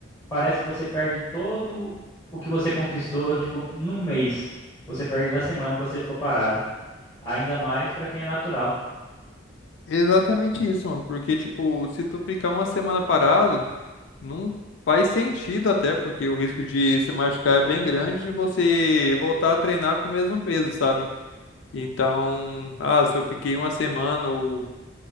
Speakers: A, on the left (about 15°); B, on the left (about 70°).
A: parece que você perde todo o que você conquistou, tipo, num mês. Você perde na semana que você ficou parado. Ainda mais pra quem é natural.
B: Exatamente isso, mano. Porque, tipo, se tu ficar uma semana parado. Não faz sentido até, porque o risco de se machucar é bem grande de você voltar a treinar com o mesmo peso, sabe? Então, ah, se eu fiquei uma semana ou